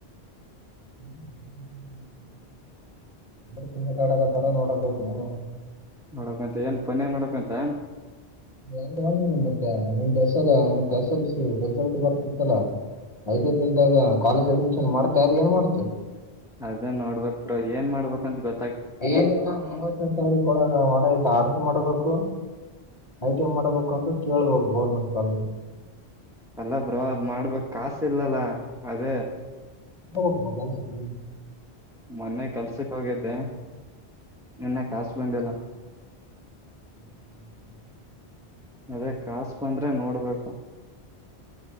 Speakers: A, on the left; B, in the centre.
A: ಹ್ಮ್ ಅಂದ್ರಾ ಕ್ರಿಕೆಟ್ಅಡಕ್ ಹತ್ರ ನೋಡಕ್ ಹೋಯಿತಿನಿ
B: ನೋಡಕಂತ ಏನ್ ಪನೇ ನೋಡಕಂತ
A: <unintelligible> ಸ ಮತ್ತೆ ಎಸ್ ಎಲ್ಸ ರಿಸಲ್ಟ್ ಬರ್ತಿತ್ತಲಾ ಐದ ದಿನದಾಗ ಕಾಲೇಜ್ ಅಡ್ಮಿಷನ್ ಮಾಡ್ತಾ ಅ ಏನ್ ಮಾಡ್ತು
B: ಅದೇ ನೋಡ್ಬೇಕ್ ಬ್ರೊ ಏನ್ ಮಾಡ್ಬೇಕಂತ ಗೊತ್ತ
A: ಏನಿಲ್ಲ ಮೂವತನ್ನೆ ತಾರೀಕ್ ಒಳಗ ಆಡೋಯಿತ ಆಡು ಮಾಡಬೇಕು ಐ ಟಿ ಐ ಮಾಡಬೇಕು ಅಂತ ಕೇಳ್ಬೇಕು ಗೋರ್ಮೆಂಟ್ ಕಾಲೇಜ್ಲ್ಲಿ
B: ಅಲ್ಲ ಬ್ರೊ ಅದ್ ಮಾಡ್ಬೇಕ ಕಾಸ ಇಲ್ಲಲ್ಲ ಅದೇ
A: <unintelligible>
B: ಮೊನ್ನೆ ಕೆಲ್ಸಕ್ ಹೋಗಿದ್ದೆ ನನ್ನ ಕ ಬಂದಲ್ಲ
A: ಇಲ್ಲ
B: ಅದೇ ಕಾಸು ಬಂದ್ರೆ ನೋಡ್ಬೇಕು